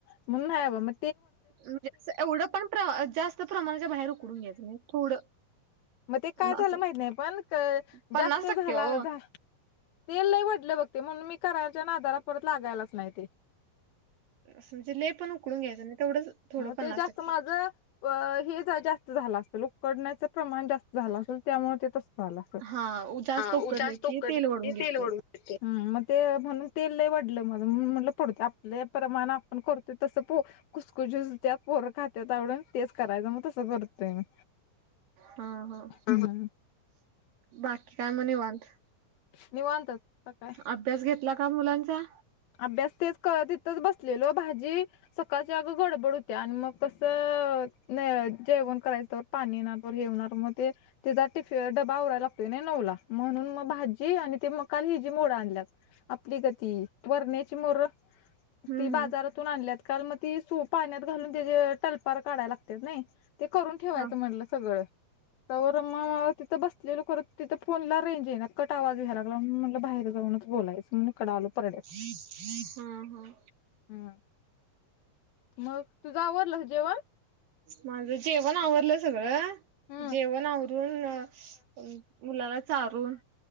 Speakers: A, on the left (about 80°); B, on the right (about 70°).
A: म्हणून न्हाय बाबा म
B: म्हणजे असं एवढं पण प्र जास्तं प्रमाणाच्या बाहेर उकडून घ्यायचं नाय. थोडं
A: म ते काय
B: अन
A: झालं
B: असं
A: माहित नाही. क पण
B: पन्नास
A: जास्तं
B: टक्के
A: झाला
B: ओ
A: झा तेल लयं वढलं बघ ते म्हणूनं, मी करायच्या नादाला परत लागायलाचं नाय ते
B: असं म्हणजे, लयं पण उकडून घ्यायचं नाय तेवढंच थोडं
A: म
B: पन्नास
A: ते जास्तं
B: टक्के
A: माझं अ हे जास्तं झालं असलं. उकडण्याचं प्रमाण जास्त झालं असलं. त्यामुळ ते तस झालं असलं,
B: हा उ- जास्त
A: आ जास्तं
B: की
A: उकडलं
B: तेल वढून
A: की
B: घेते
A: तेल ओढून हूं म ते म्हणून तेल लय वडलं माझं म्हणून म्हटलं पडूदे आपले प्रमाण आपण कर ते तस पो खुस कुजूत्या पोर खात्यात आवडून तेच करायचं म तसं करतोय मी
B: हा हं
A: हम्म
B: बाकी काय म्हणे वांत
A: निवांत आता काय
B: अभ्यास घेतला का मुलांचा
A: अभ्यास तेच क तिथंच बसलेलो भाजी सकाळची अगं गडबड होत्या आणि मग कसं नय जेवण करायचं तर पाणी येणार परत हे होणार म ते तिचा टिफ डबा आवरायला लागतोय ना नऊला म्हणून म भाजी आणि ते म काल हिजी मोड आणल्यात आपली गती वरण्याची मोर
B: हम्म
A: ती बाजारात
B: हम्म
A: तून आणली काल मग ती सु पाण्यात घालून त्या टलपार काढाय लागत नाही, ते करून ठेवायचं
B: हा
A: म्हटलं सगळं. तवर मग तिथं बसलेलो करत. तिथं फोनला रेंज येईणा. कट आवाज यायला लागला म म्हटलं बाहेर जाऊनच बोलायचं. म्हण इकड आलो परडय
B: हं हं.
A: हं. मग तुझं आवरलं का जेवण?
B: माझं जेवण आवरलं सगळं,
A: हम्म
B: जेवण आवरून अ मुलाला चारून,